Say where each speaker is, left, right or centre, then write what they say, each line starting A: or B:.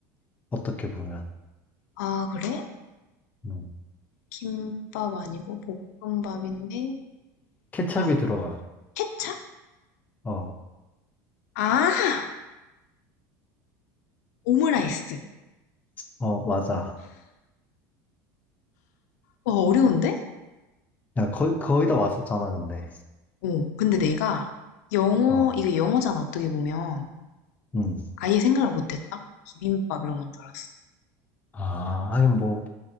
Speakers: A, on the left; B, on the left.
A: 어떻게 보면.
B: 아, 그래?
A: 음.
B: 김밥 아니고 볶음밥인데?
A: 케첩이
B: 아,
A: 들어가.
B: 케찹?
A: 어,
B: 아, 오므라이스.
A: 어, 맞아.
B: 와, 어려운데?
A: 야, 거의, 거의 다 왔었잖아, 근데.
B: 어, 근데 내가 영어,
A: 어,
B: 이거 영어잖아, 어떻게 보면.
A: 음.
B: 아예 생각을 못했다? 비빔밥 이런 건 줄 알았어.
A: 아, 하긴 뭐,